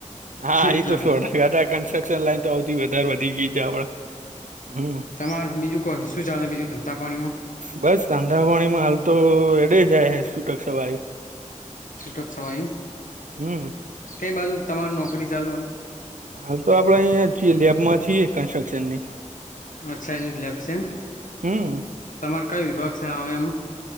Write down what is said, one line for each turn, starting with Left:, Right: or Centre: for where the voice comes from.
Right: હા
Left: એટલા
Right: એ તો
Left: માટે
Right: શું હતા કન્સ્ટ્રક્શન લાઈન
Left: હા
Right: તો આવથી વધારે વધી ગઈ છે. આપણા હમ
Left: તમાર બીજું કોઈ શું ચાલે બીજું ધંધા પાણીમાં
Right: બસ કાંધાવાણીમાં હાલ તો એડે જાય શું ટક ભય
Left: છૂટક છવાય
Right: હમ
Left: કઈ બાજુ તમાર નોકરી ચાલુ હાલ
Right: હાલ તો આપડે અહંયા છીએ લેબમાં છીએ કન્સ્ટ્રક્શન ની
Left: અચ્છા એની લેબ છે. એ
Right: હમ
Left: તમારે કઈ વિભાગ છે આવે એમ